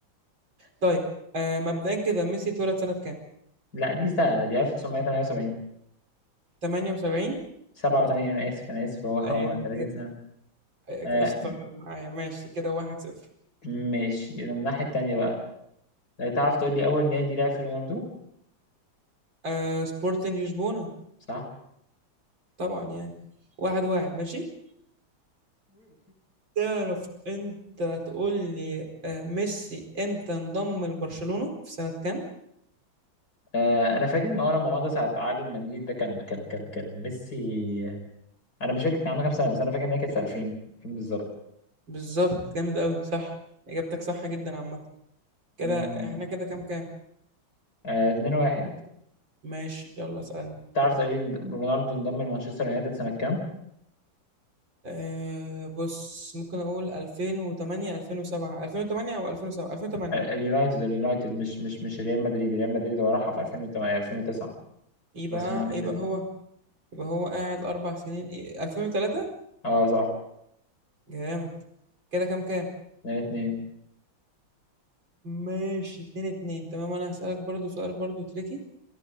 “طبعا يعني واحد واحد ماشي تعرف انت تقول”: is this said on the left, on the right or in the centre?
Right